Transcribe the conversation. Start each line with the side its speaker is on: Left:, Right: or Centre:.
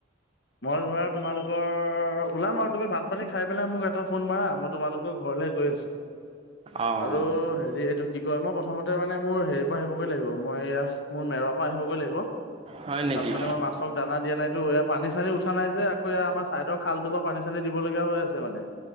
Left: মই ধৰা তোমালোকৰ ওলাম আৰু তুমি ভাত পানী খাই পেলাই মোক এটা ফোন মাৰ মই - তোমালোকৰ ঘৰলৈ- গৈ আছোঁ
Right: অ'।
Left: আৰু হেৰি এইটো কি কয় মই প্ৰথমতে মানে মোৰ হেৰিৰ পৰা আহিবগৈ লাগিব। মই মোৰ মেৰৰ পৰা আহিবগৈ লাগিব
Right: হয় নেকি?
Left: তাত মানে মই মাছক দানা দিয়া নাইতো এ- চানী উঠা নাই যে আকৌ আমাৰ চাইডৰ খালটো পৰা পানী চানী দিবলগীয়া হৈ আছে মানে-